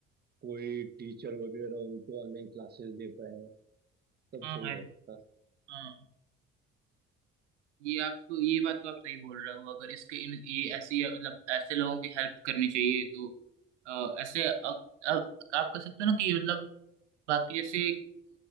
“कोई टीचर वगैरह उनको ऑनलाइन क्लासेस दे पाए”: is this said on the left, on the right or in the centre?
Right